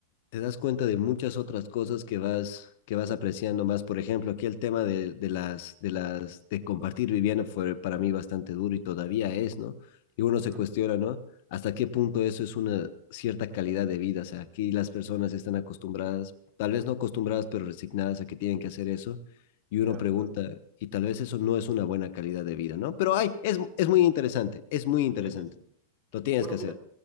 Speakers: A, on the left; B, on the right.
A: te das cuenta de muchas otras cosas que vas, que vas apreciando más. Por ejemplo, aquí el tema de, de las, de las, de compartir vivienda fue para mí bastante duro y todavía es, ¿no? Y uno se
B: Ujú,
A: cuestiona, ¿no? ¿Hasta qué punto eso es una cierta calidad de vida? O sea, aquí las personas están acostumbradas, tal vez no acostumbradas, pero resignadas a que tienen que hacer eso. Y uno
B: Claro,
A: pregunta,
B: claro.
A: y tal vez eso no es una buena calidad de vida, ¿no? Pero ay es, es muy interesante, es muy interesante.
B: Sí, sí, sí.
A: Lo tienes
B: Bueno,
A: que
B: mira,
A: hacer.